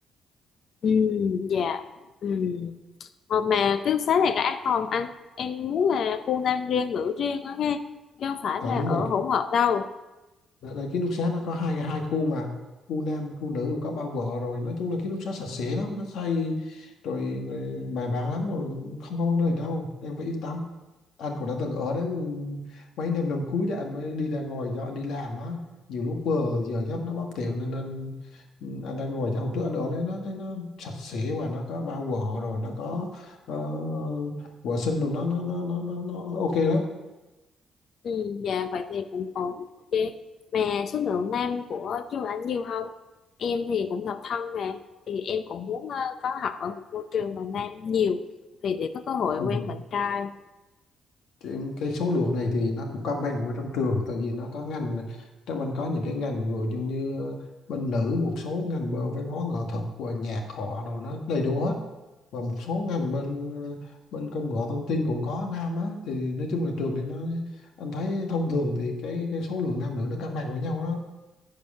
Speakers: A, on the left; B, on the left.
A: ừ dạ ừ Ờ, mà ký túc xá này có an toàn anh em muốn là khu nam riêng nữ riêng đó nghe chứ không phải
B: à,
A: là
B: đúng
A: ở
B: rồi
A: hỗn hợp đâu
B: Đợt này ký túc xá nó có hai hai khu mà khu nam khu nữ rồi có bao vợ rồi nói chung là ký túc xá sạch sẽ lắm nó xây rồi, rồi bài bản lắm rồi không có vấn đề đâu em phải yên tâm anh cũng đã từng ở đấy mấy năm năm cuối đó anh mới đi ra ngoài do anh đi làm á nhiều lúc vừa giờ giấc nó bất tiện nên, nên anh ra ngoài cho hôm trước anh ở đấy nó thấy nó sạch sẽ và nó có bao vợ rồi nó có ờ, vệ sinh rồi nó nó nó nó nó, nó ok lắm
A: ừ dạ vậy thì cũng ổn ok mà số lượng nam của trường anh nhiều không em thì cũng độc thân mà thì em cũng muốn ờ, có học ở một môi trường mà nam nhiều thì để có cơ hội
B: ừ.
A: quen bạn trai
B: cái, cái số lượng này thì nó cũng cân bằng ở trong trường tại vì nó có ngành trong bên có những cái ngành ví dụ như bên nữ một số ngành bên văn hóa nghệ thuật và nhạc họ rồi nó đầy đủ hết và một số ngành bên ờ, bên công nghệ thông tin cũng có nam á thì nói chung là trường này nó anh thấy thông thường thì cái cái số lượng nam nữ nó cân bằng với nhau đó